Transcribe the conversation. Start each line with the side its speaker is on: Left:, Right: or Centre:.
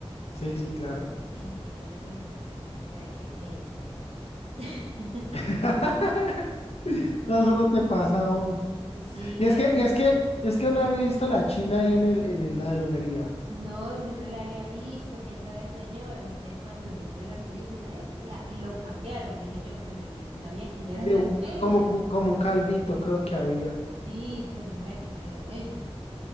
Left: sí, sí, claro.
Right: Pero qué vergüenza, Jonah, o sea, qué pena. <laughs>
Left: <laughs> No, solo te pasa a vos.
Right: Sí,
Left: Y
Right: pues.
Left: es que, y es que, es que no he visto a la China ahí en el, en el- la droguería.
Right: No, yo no la había visto, siempre había un señor. Entonces, cuando yo un día la miré, yo dije, ve, la, lo cambiaron, dije yo, pero yo no sabía que ella era
Left: Sí,
Right: la
Left: un-
Right: dueña.
Left: como, como un calvito, creo que había.
Right: Sí, pero yo no sabía que ella era la dueña.